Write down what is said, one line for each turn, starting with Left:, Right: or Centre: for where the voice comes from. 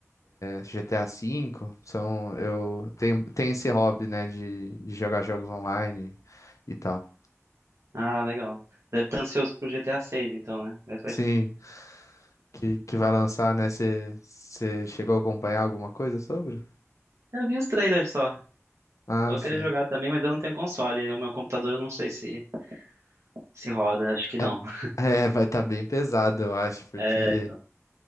Left: GTA V, são, eu tenho, tenho esse hobby, né, de, de jogar jogos online e tal.
Right: Ah, legal. Deve estar ansioso pro GTA 6, então, né? Mas vai-
Left: Sim, que, que vai lançar, né? Você chegou a acompanhar alguma coisa sobre?
Right: Eu vi os trailers só. Eu
Left: Ah,
Right: vou
Left: sim.
Right: querer jogar também, mas eu não tenho console. O meu computador eu não sei se se roda, acho que não.
Left: É,
Right: <laughs>
Left: é, vai estar bem pesado, eu acho, porque,
Right: É, então.